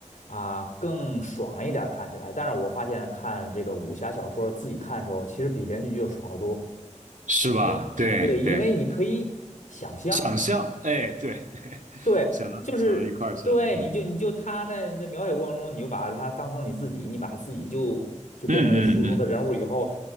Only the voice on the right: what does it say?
是吧？
对对，
想象，哎，对对，<laughs>
想到想到一块儿去了，
嗯
嗯嗯嗯，